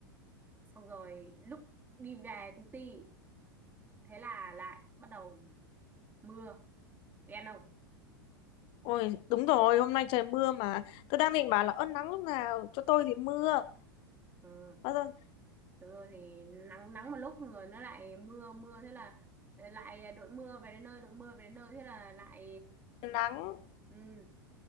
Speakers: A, on the right (about 15°); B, on the left (about 45°).
A: xong rồi lúc đi về công ty thế là lại bắt đầu mưa đen không
B: Ôi, đúng rồi, hôm nay trời mưa mà. Tôi đang định bảo là ơn nắng lúc nào, cho tôi thì mưa.
A: Ừ.
B: Bao giờ
A: Được rồi thì nắng nắng một lúc rồi nó lại mưa mưa thế là ờ, lại đội mưa về đến nơi đội mưa về đến nơi thế là lại
B: nắng.
A: ừ.